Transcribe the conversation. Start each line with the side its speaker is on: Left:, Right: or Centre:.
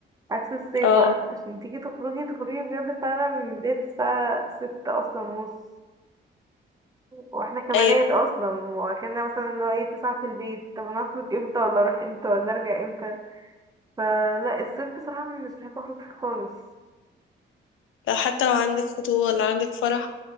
Right: عكس الصيف
Left: اه
Right: بقى عشان تيجي تخرجي تخرجي بجد فعلا من بداية الساعة ستة أصلا ونص واحنا كبنات
Left: أيوه
Right: اصلا واخدنا مثلا ان هو ايه تسعة في البيت طب انا هخرج امتى ولا اروح امتى ولا ارجع امتى فلا الصيف بصراحة مش بحب اخرج فيه خالص
Left: لو حتى لو عندك خطوبة ولا عندك فرح